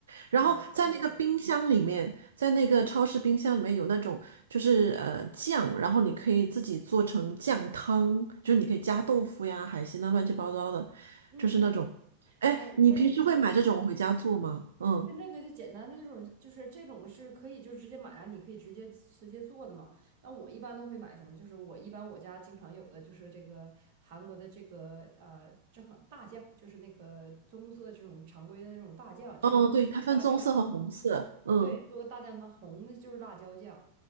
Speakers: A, on the right (about 70°); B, on the right (about 45°).
A: 然后在那个冰箱里面，
B: 对，不太味。
A: 在那个超市冰箱里面有那种就是呃酱，然后你可以自己做成酱汤，就是你可以加豆腐呀、海鲜啊，乱七八糟的，
B: 嗯嗯，
A: 就是那种。哎，
B: 哎，
A: 你平时会买这种回家做吗？
B: 那个就简单了，
A: 嗯，
B: 对，那个就简单。的这种就是这种是可以就直接买来，你可以直接直接做的嘛。那我一般都会买什么？就是我一般我家经常有的就是这个韩国的这个呃，正好大酱，就是那个棕色这种常规的那种大酱，这个就是大酱汤。
A: 哦，对，它分棕色和红色。嗯，
B: 对，做个大酱汤，红的就是辣椒酱。